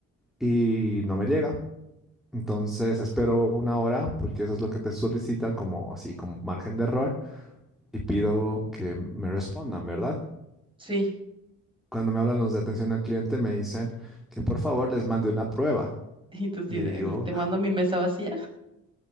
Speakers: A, in the centre; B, on the right.
A: y no me llega. Entonces espero una hora, porque eso es lo que te solicitan como así, como margen de error, y pido que me respondan, ¿verdad?
B: sí.
A: Cuando me hablan los de atención al cliente, me dicen que por favor les mande una prueba.
B: Y tú sí
A: Y
B: de,
A: le digo,
B: te mando mi mesa vacía.